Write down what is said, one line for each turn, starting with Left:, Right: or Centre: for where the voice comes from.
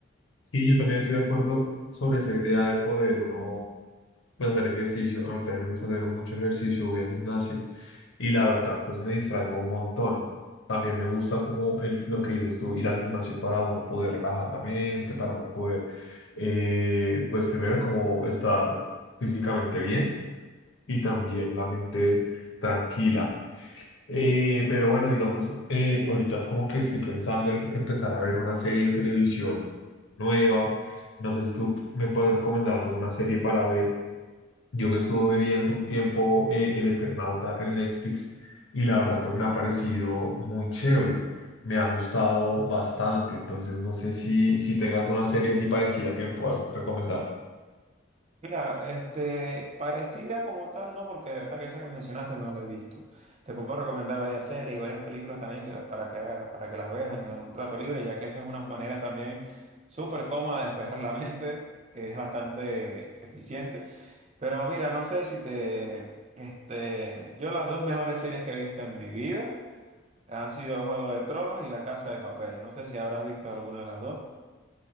Left: Sí, yo también estoy de acuerdo sobre esa idea de poder uno pues hacer ejercicio. A mí también me gusta hacer mucho ejercicio, voy al gimnasio y la verdad, pues me distraigo un montón. También me gusta como el, lo que dices tú, ir al gimnasio para uno poder relajar la mente, para uno poder, eh, pues primero como estar físicamente bien y también la mente tranquila. Eh, pero bueno, digamos, eh, ahorita como que estoy pensando en empezar a ver una serie de televisión nueva. No sé si tú me puedes recomendar alguna serie para ver yo me estuve viendo un tiempo eh, El Eternauta en Netflix y la verdad pues me ha parecido muy chévere, me ha gustado bastante, entonces no sé si, si tengas una serie así parecida que me puedas recomendar.
Right: Mira, este, parecida como tal, no, porque de verdad que esa que mencionaste no la he visto. Te puedo recomendar varias series y varias películas también de- para que, para que las veas en un rato libre, ya que eso es una manera también súper cómoda de despejar la mente, es bastante eficiente. Pero mira, no sé si te, este, yo las dos mejores series que he visto en mi vida han sido Juego de Tronos y La Casa de Papel. No sé si habrás visto alguna de las dos.